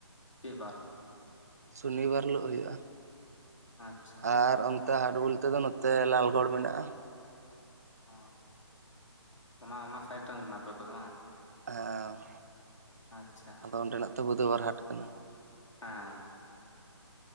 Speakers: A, on the left; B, on the right.
A: ᱪᱮᱫ ᱵᱟᱨ
B: ᱥᱚᱱᱤᱵᱟᱨ ᱦᱤᱞᱳᱜ ᱦᱩᱭᱩᱜᱼᱟ
A: ᱟᱪᱪᱷᱟ
B: ᱟᱨ ᱚᱱ- ᱱᱚᱛᱮ ᱦᱟᱴ ᱵᱚᱞᱛᱮ ᱫᱚ ᱱᱚᱛᱮ ᱞᱟᱞᱜᱚᱲ ᱢᱮᱱᱟᱜᱼᱟ
A: ᱚ ᱚᱱᱟ ᱚᱱᱟ ᱥᱟᱭᱤᱴ ᱨᱮᱱ ᱠᱟᱱᱟᱯᱮ ᱟᱯᱮ ᱫᱚ ᱵᱟᱝ
B: ᱦᱮᱸ
A: ᱟᱪᱪᱷᱟ
B: ᱟᱫᱚ ᱚᱸᱰᱮᱱᱟᱜ ᱛᱚ ᱵᱩᱫᱷᱚᱵᱟᱨ ᱦᱟᱴ ᱠᱟᱱᱟ᱾
A: ᱦᱮᱸ᱾